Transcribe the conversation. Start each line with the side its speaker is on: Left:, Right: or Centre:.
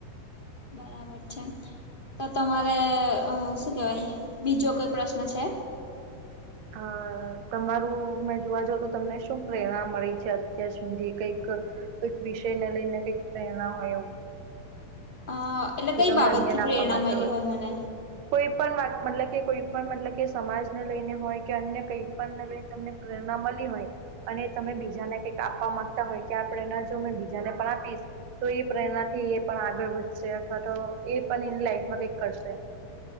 Left: બરાબર છે. તો તમારે અ શું કહેવાય બીજો કોઈ પ્રશ્ન છે?
Right: અ તમારું મે જોવા જાવ તો તમને શું પ્રેરણા મળી છે, અત્યાર સુધી કંઈક કઈક વિષય ને લઈને કઈક પ્રેરણા હોય એવું
Left: હા એટલે
Right: જે
Left: કઈ
Right: તમે
Left: બાબત
Right: અન્યને
Left: થી
Right: આપવા
Left: પ્રેરણા
Right: માંગતા
Left: મયલી હોય મને
Right: કોઈ પણ મતલબ કે કોઈ પણ મતલબ કે સમાજને લઈને હોય કે અન્ય કઈ પણને લઈને? તમને પ્રેરણા મળી હોય અને તમે બીજાને કઈક આપવા માંગતા હોય કે આ પ્રેરણા મેં બીજાને પણ આપીશ તો ઈ પ્રેરણાથી એ પણ આગળ વધશે અથવા તો એ પણ એની લાઈફમાં કંઈક કરશે.